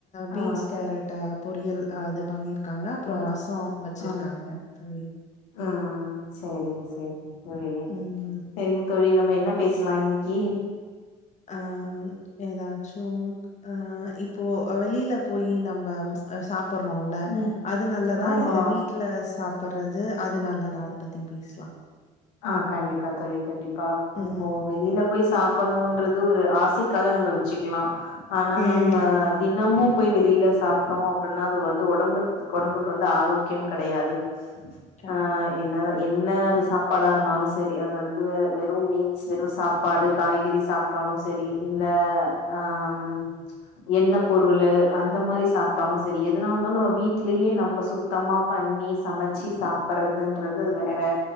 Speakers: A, on the left; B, on the left.
A: பீன்ஸ்
B: ஆ
A: கேரட்டு பொறியல் ஆ அது பண்ணிருக் காங்க அப்புற
B: ஆ
A: ரசோ வச்சிருக்காங்க
B: ஆ
A: தோழி
B: ம் சேரிங்க சேரிங்க தோழி
A: ம்
B: சேரிங்க தோழி நம்ப என்ன பேசலா இன்னிக்கி
A: ஆ ஏதாச்சு ஆ இப்போ வெளியில போய் நம்ப ஆ சாப்புறோம்ல
B: ம்
A: அது நல்லதா
B: ஆமா
A: இல்ல வீட்ல சாப்புறது அது நல்லதா அத ப த்தி பேசலா
B: ஆ கண்டிப்பா தோழி கண்டிப்பா இப்போ
A: ம்.
B: வெளியில போய் சாப் புட்ணுன்றது ஒரு ஆசைக்காக நம்ம வச்சுக்கலா ஆனா
A: ம்.
B: நம்ப
A: ஆமா.
B: தினமு போய் வெளியில சாப்ட்டோ அப்டின்னா அது வந்து ஒடம்புக் ஒடம்புக்கு வந்து ஆரோக்கியம் கெடையாது
A: கண்டிப்பா.
B: ஆ என்னால என்ன அது சாப்பாடா இருந்தாலு செரி அது வந்து வெறு மீன்ஸ் வெறு சாப்பாடு காய்கறி சாப் ட்டாலு சரி இல்ல ஆ ம் எண்ணெ பொருளு அந்த மாரி சாப்ட்டாலு சரி எதுனா இருந்தாலு நம்ம வீட்லேயே நம்ம சுத் சுத்தமா பண்ணி சமைச்சு சாப்புறதுன்றது வேற வே